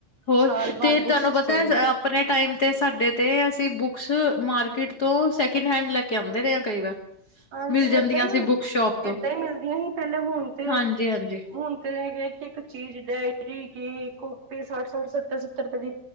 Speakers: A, on the left; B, on the right.
A: ਹੋਰ,
B: ਸਾਲ ਬਾਅਦ
A: ਤੇ
B: ਬੁੱਕਸ
A: ਤੁਹਾਨੂੰ ਪਤਾ
B: ਚੇਂਜ
A: ਆਪਣੇ ਟਾਈਮ ਤੇ ਸਾਡੇ ਤੇ ਅਸੀਂ ਬੁੱਕਸ, ਮਾਰਕੀਟ ਤੋਂ ਸੈਕਿੰਡ ਹੈਂਡ ਲੈ ਕੇ ਆਉਂਦੇ ਰਹੇ ਕਈ ਵਾਰ।
B: ਹਾਂਜੀ,
A: ਮਿਲ ਜਾਂਦੀਆਂ
B: ਏਦਾਂ ਹੀ,
A: ਸੀ ਬੁੱਕ ਸ਼ੋਪ ਤੋਂ
B: ਏਦਾਂ ਹੀ ਮਿਲਦੀਆਂ ਸੀ ਪਹਿਲੇ ਹੁਣ ਤੇ।
A: ਹਾਂਜੀ-ਹਾਂਜੀ
B: ਹੁਣ ਤੇ ਹੈਗੇ ਇੱਕ -ਇੱਕ। ਚੀਜ਼ ਡਾਇਰੀ ਕੀ ਕਾਪੀ ਸੱਠ -ਸੱਠ, ਸੱਤਰ- ਸੱਤਰ ਰੁਪਏ ਦੀ